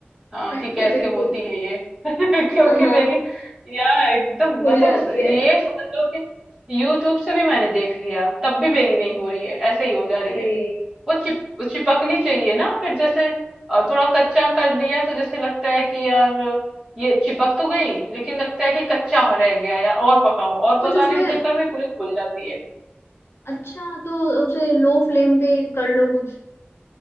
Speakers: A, on the right; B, on the left.
A: हाँ
B: <laughs>
A: कि कैसे
B: बिल्कुल
A: होती है ये <laughs> क्योंकि
B: हाँ हाँ
A: मेरी यार एकदम
B: फूल
A: मतलब
B: जाती
A: बस ये
B: है
A: समझ लो कि यूट्यूब से भी मैंने देख लिया तब भी मेरी नहीं हो रही है ऐसे ही हो जा रही
B: अरे
A: है वो चिप चिपकनी चाहिए ना फिर जैसे अ, थोड़ा कच्चा कर दिया तो जैसे लगता है कि यार ये चिपक तो गई लेकिन लगता है कि कच्चा हो रह गया यार और पकाऊं और
B: कुछ
A: पकाने
B: उसमें
A: के चक्कर में पूरी खुल जाती है
B: अच्छा तो उसे लो फ्लेम पे कर लो कुछ